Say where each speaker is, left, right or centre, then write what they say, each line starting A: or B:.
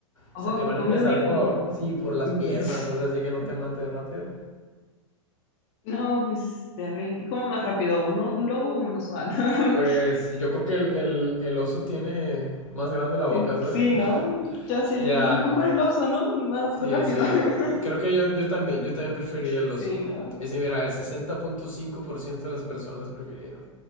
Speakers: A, on the left; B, on the left.
A: Oh,
B: O sea, que van
A: comido
B: a empezar
A: vivo.
B: por, sí, por las
A: Mm,
B: piernas,
A: <laughs>
B: algo así que no te mate rápido.
A: No, pues, a ver, ¿qué come más rápido? ¿Uno, un lobo o un oso? Ah, <laughs> no.
B: Pues yo creo que el, el, el oso tiene más grande la boca,
A: Sí,
B: ¿sabes?
A: sí,
B: <laughs>
A: ¿no? Ya sé,
B: Ya,
A: pues mejor el oso, ¿no? Más
B: sí,
A: rápido.
B: sí.
A: <laughs>
B: Creo que yo, yo también, yo también preferiría el
A: Sí,
B: oso.
A: ¿no?
B: Es decir, mira, el sesenta punto cinco por ciento de las personas prefirieron.